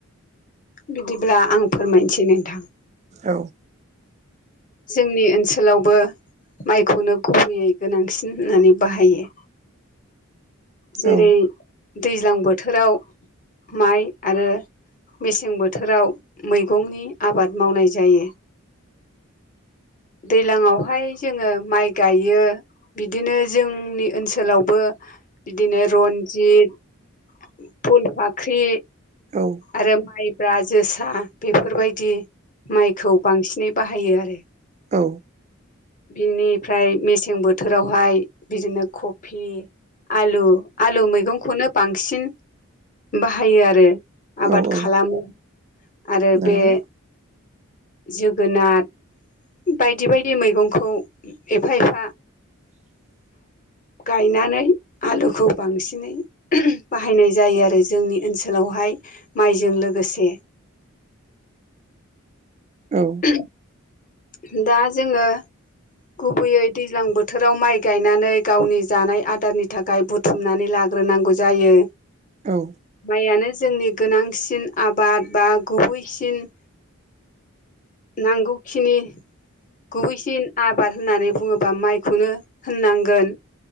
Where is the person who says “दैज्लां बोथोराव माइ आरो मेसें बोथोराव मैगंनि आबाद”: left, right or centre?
Left